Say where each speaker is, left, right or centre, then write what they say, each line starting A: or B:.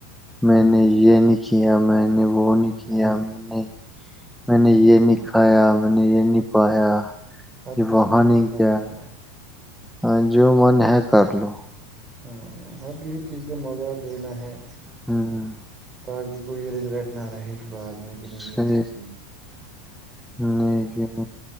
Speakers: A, on the right; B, in the centre.
A: ہ
B: میں نے یہ نہیں کیا میں نے وہ نہیں کیا
A: وہ نہیں
B: میں نے میں نے یہ
A: ہے کہ
B: نہیں کھایا میں نے یہ نہیں پایا
A: ہر
B: یہ
A: کسی
B: وہاں
A: چیز
B: نہیں
A: کا مزہ
B: گیا
A: لینا
B: ہاں، جو من ہے کر لو
A: ہاں <inaudible> ہر کسی چیز کا مزہ لینا ہے
B: ہاں
A: تاکہ کوئی ریگریٹ نہ رہے گبعد میں
B: سے
A: یہ چیز
B: نہیں کہ